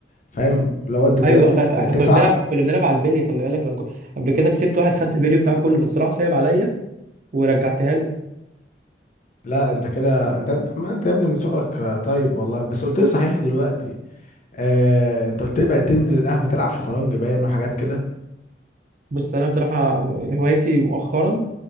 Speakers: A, on the left (about 45°); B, on the right (about 45°).
A: فاهم لو انت دلوقتي
B: ايوه خ- احنا
A: بقيت تدفع
B: كنا بنلعب كنا بنلعب على البلي خلي بالك لما كنت- قبل كده كسبت واحد خدت البلي بتاعه كله بس راح سايب عليا ورجعتها له
A: لا انت كده انت انت ما انت يا ابني من صغرك آه، طيب والله بس قلت لي صحيح دلوقتي آه انت قلت لي بقيت تنزل القهوة تلعب شطرنج باين وحاجات كده
B: بص انا بصراحه هوايتي مؤخرا